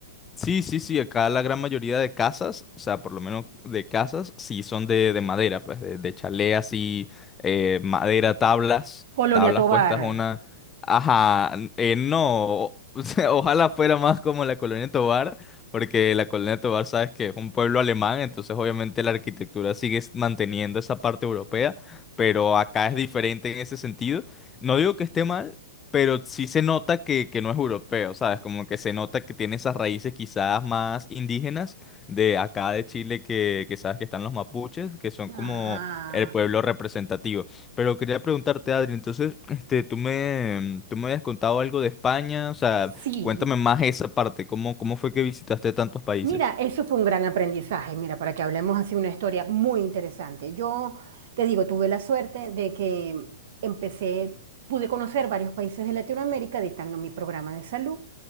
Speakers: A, on the left; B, on the right.
A: Sí, sí, sí, acá la gran mayoría de casas, o sea, por lo menos de casas, sí son de, de madera, pues, de, de chalé así, eh, madera, tablas,
B: Colonia
A: tablas
B: Tovar.
A: puestas una... Ajá, eh, no, o <laughs> o sea, ojalá fuera más como la Colonia Tovar, porque la Colonia Tovar, sabes que es un pueblo alemán, entonces obviamente la arquitectura sigue s- manteniendo esa parte europea, pero acá es diferente en ese sentido. No digo que esté mal, pero sí se nota que, que no es europeo, ¿sabes? Como que se nota que tiene esas raíces quizás más indígenas de acá de Chile, que, que sabes que están los mapuches, que son
B: Ajá.
A: como el pueblo representativo. Pero quería preguntarte, Adri, entonces, este, tú me, tú me habías contado algo de España, o sea,
B: Sí.
A: cuéntame más esa parte, ¿cómo, cómo fue que visitaste tantos países?
B: Mira, eso fue un gran aprendizaje, mira, para que hablemos así una historia muy interesante. Yo te digo, tuve la suerte de que empecé, pude conocer varios países de Latinoamérica dictando mi programa de salud